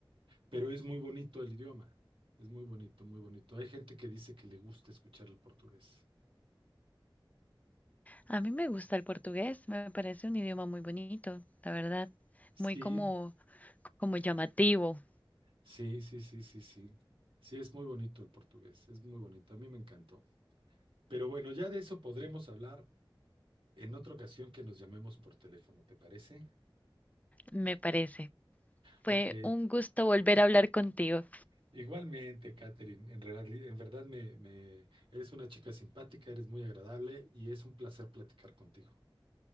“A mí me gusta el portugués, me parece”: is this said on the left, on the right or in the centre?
Left